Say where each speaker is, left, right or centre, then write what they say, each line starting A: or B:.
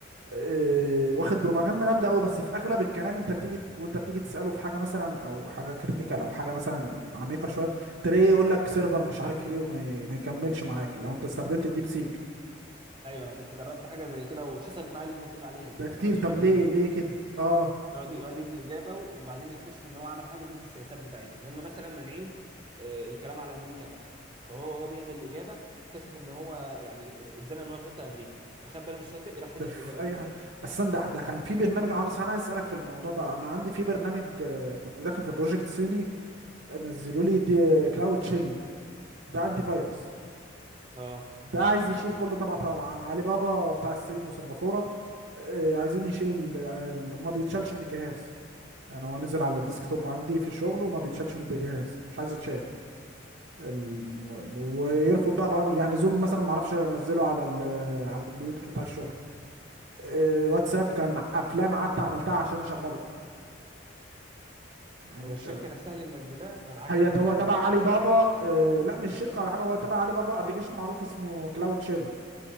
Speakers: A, on the right (about 65°); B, on the right (about 25°).
A: إيه...
B: ايوه
A: واخد بروباجندا جامده قوي بس في اغلب الكلام انت بتيجي ت- وانت بتيجي تساله في حاجه مثلا او حاجه كريتيكال او حاجه مثلا عميقه شويه تلاقيه يقول لك سيرفر مش عارف ايه وما ي... ما يكملش معاك لو انت استخدمت الديب سيك
B: أيوه، انا كنت جربت حاجه زي كده وحصلت معايا اللي انت بتقول عليها
A: ده
B: دي ان
A: كتير
B: هو يقعد
A: طب ليه
B: يجنريت
A: ليه كده اه
B: يقعد يقعد يدي اجابه وبعدين يكتشف ان هو عمل حاجه ضد السياسات بتاعتهم هم مثلا مانعين آه، الكلام على امريكا مثلا فهو هو بيعمل الاجابه اكتشف ان هو يعني اتزنق ان هو يحط امريكا فخد باله من الشركه راح حذف
A: ده في
B: الاجابه
A: اي
B: كلها
A: حاجه اصلا ده ده كان في برنامج اه انا صح- أنا عايز اسالك في الموضوع ده انا عندي في برنامج آه، كنت داخل في بروجكت صيني آه، نزلوا لي دي كلاود شيل ده انتي فيروس
B: اه
A: ده عايز يشيل كله طبعا طبعا عن علي بابا بتاع الصين وسنغافورة آه، عايزين يشيل ال... ال... ما بيتشالش من الجهاز يعني هو نزل على الديسك توب عندي في الشغل وما بيتشالش من الجهاز مش عايز يتشال ال... ويرفض بقى برامج يعني زوم مثلا ما اعرفش انزله على ال... على الكمبيوتر بتاع الشغل آه، واتساب كان افلام قعدت عملتها عشان اشغله مع اني
B: هو الشركه
A: مش شغال
B: نفسها اللي منزلاه منعاك
A: هي
B: ان انت
A: هو تبع علي بابا آه، لا مش شركة ولا حاجة هو تبع علي بابا ابلكيشن معروف اسمه كلاود شيل